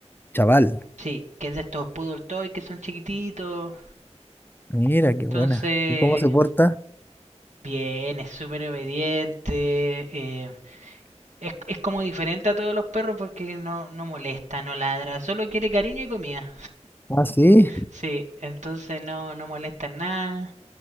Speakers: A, on the left; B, on the right.
A: Chaval.
B: Sí, que es de estos poodle toy que son chiquititos.
A: Mira, qué
B: Entonces,
A: buena. ¿Y cómo se porta?
B: bien, es súper obediente. eh, es, es como diferente a todos los perros porque no, no molesta, no ladra, solo quiere cariño y comida.
A: Ah, sí.
B: Sí, entonces no, no molesta en nada.